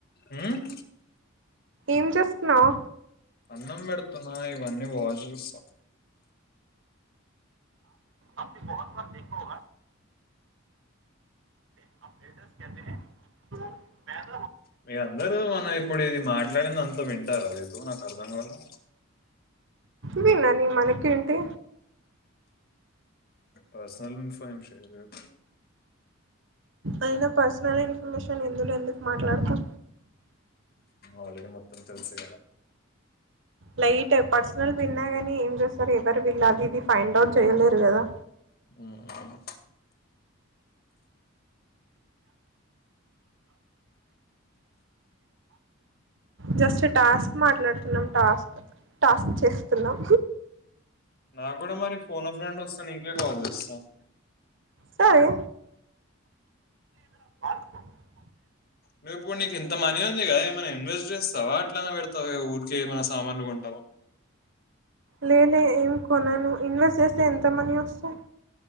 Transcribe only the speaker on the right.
ఏం చేస్తున్నావ్
ఆప్ బహుత్ దేఖో <unintelligible>
వినని మనకేంటి
అయిన పర్సనల్ ఇన్ఫర్మేషన్ ఇందులో ఎందుకు మాట్లాడతా
లైట్ పర్సనల్ విన్నా గని ఎం జేస్తారు ఎవరు విళ్ళ అది ఇది ఫైండ్ అవుట్ చెయలేరు గదా
జస్ట్ టాస్క్ మాట్లాడుతున్నాం టాస్క్ టాస్క్ చేస్తున్నాం
సరే <inaudible>
లేలే ఏం కొనను ఇన్వెస్ట్ చేస్తే ఎంత మనీ ఒస్తయ్